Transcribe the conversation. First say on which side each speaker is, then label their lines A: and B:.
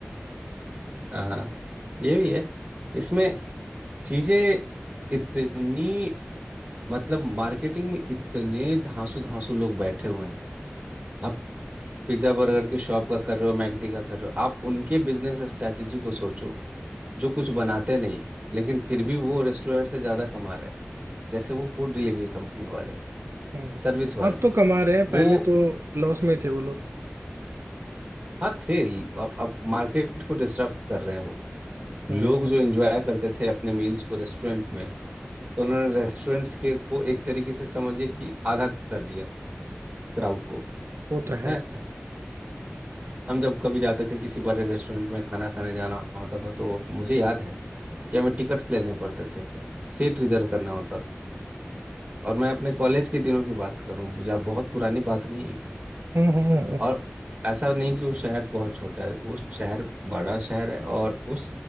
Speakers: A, on the right; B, on the right.
A: हाँ ये भी है इसमें चीजें इतनी मतलब मार्केटिंग में इतने धांसू धांसू लोग बैठे हुए हैं आप पिज्जा बर्गर की शॉप का कर रहे हो मैकडी का कर रहे हो आप उनके बिजनेस स्ट्रेटजी को सोचो जो कुछ बनाते नहीं लेकिन फिर भी वो रेस्टोरेंट से ज्यादा कमा रहे हैं जैसे वो फूड डिलीवरी कंपनी वाले
B: हम्म,
A: सर्विस वाले
B: अब तो कमा रहे हैं पहले
A: वो
B: तो लॉस में थे वो लोग
A: हाँ थे अब अब मार्केट को डिसरप्ट कर रहे हैं वो लोग
B: हम्म
A: जो एंजॉय करते थे अपने मील्स को रेस्टोरेंट में तो उन्होंने रेस्टोरेंट्स के को एक तरीके से समझिए कि आधा कर दिया क्राउड को
B: वो तो है
A: है हम जब कभी जाते थे किसी बड़े रेस्टोरेंट में खाना खाने जाना होता था तो मुझे याद है कि हमें टिकट्स लेने पड़ते थे सीट रिजर्व करना होता था और मैं अपने कॉलेज के दिनों की बात करूं जहाँ बहुत पुरानी बात नहीं है
B: हम्म हम्म,
A: और ऐसा नहीं कि वो शहर बहुत छोटा है वो शहर बड़ा शहर है और उस